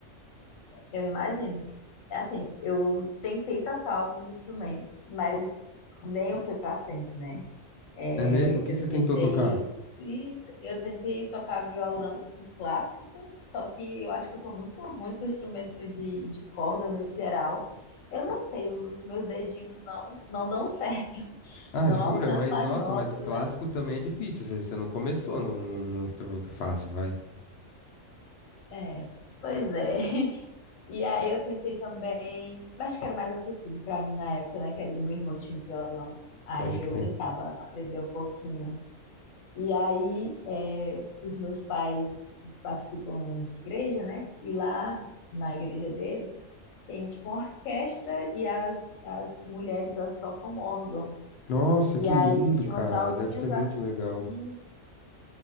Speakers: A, on the left; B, on the left.
A: eu imagino. É Assim, eu tentei tocar alguns instrumentos, mas nem foi pra frente, né? É,
B: É mesmo? O que
A: eu
B: que você
A: tentei,
B: tentou tocar?
A: e eu tentei tocar violão, um clássico, só que eu acho que eu sou muito ruim com instrumento de, de corda no geral. Eu não sei, os meus dedinhos não, não dão certo,
B: Ah,
A: não
B: jura?
A: alcanço
B: Mas
A: as
B: nossa,
A: notas,
B: mas o clássico
A: acho
B: também é difícil. Ou seja, você não começou num, num, num instrumento fácil, vai.
A: É, pois é. <laughs> E aí eu tentei também, mas que era mais acessível para mim na época, né? Que era o meu irmão tinha um violão. Aí
B: Pode crer.
A: eu tentava aprender um pouquinho. E aí é, os meus pais eles participam de igreja, né? E lá na igreja deles tem tipo uma orquestra e as, as mulheres elas tocam órgão.
B: Nossa,
A: E
B: que
A: aí
B: lindo,
A: tinha
B: cara.
A: umas aulinhas,
B: Deve ser muito
A: eu
B: legal.
A: fiz